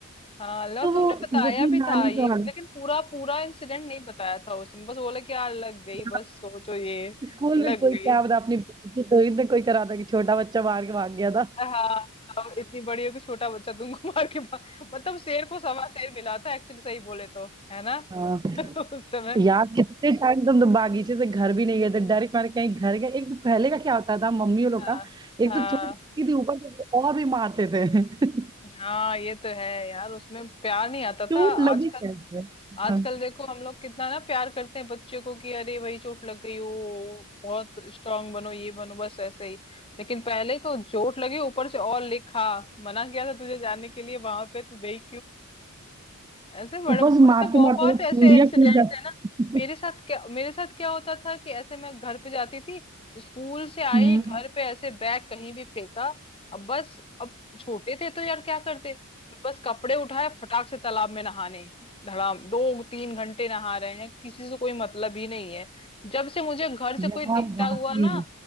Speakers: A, on the left; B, on the right.
A: हाँ लो
B: तो
A: तूने
B: वो
A: बताया
B: वही
A: भी
B: नानी
A: था ये
B: के वहां
A: लेकिन पूरा पूरा इंसिडेंट नहीं बताया था उसने बस बोला कि यार लग गई
B: यहाँ
A: बस सोचो ये
B: स्कूल
A: लग
B: में कोई
A: गई
B: क्या बता अपनी बेइज्जती थोड़ी ना कोई करा था कि छोटा बच्चा मार के भाग गया था
A: हाँ अब इतनी बड़ी हो कि छोटा बच्चा तुमको <laughs> मार के पा- मतलब शेर को सवा शेर मिला था एक्चुअली सही बोले तो है ना
B: <laughs> हाँ
A: <laughs> उस समय
B: यार कितने टाइम से हम तो बागीचे से घर भी नहीं गए थे डायरेक्ट हमारे कहीं घर गए एक तो पहले का क्या होता था मम्मी
A: हाँ
B: लोग का एक
A: हाँ
B: तो चोट लगती थी ऊपर से तो और भी मारते थे <laughs>
A: हाँ ये तो है यार उसमें प्यार नहीं आता
B: चोट
A: था
B: लगी
A: आजकल
B: कैसे
A: आजकल
B: हाँ,
A: देखो हम लोग कितना ना प्यार करते हैं बच्चे को कि अरे वही चोट लग गई हो बहुत स्ट्रांग बनो ये बनो बस ऐसे ही लेकिन पहले तो चोट लगी ऊपर से और लिखा मना किया था तुझे जाने के लिए वहां पे तू गई ऐसे बड़े
B: ऊपर
A: अच्छा
B: से मारते
A: बहुत
B: मारते वो
A: ऐसे
B: चूड़ियां
A: इंसिडेंट
B: टूट जाती
A: है ना मेरे साथ क्या मेरे साथ क्या होता था कि ऐसे मैं घर पे जाती थी स्कूल से आई
B: हम्म
A: घर पे ऐसे बैग कहीं भी फेंका अब बस अब छोटे थे तो यार क्या करते बस कपड़े उठाए फटाक से तालाब में नहाने धड़ाम दो तीन घंटे नहा रहे हैं किसी से कोई मतलब ही नहीं है जब से मुझे घर से कोई
B: यार
A: दिखता
B: वाकई
A: हुआ ना
B: में।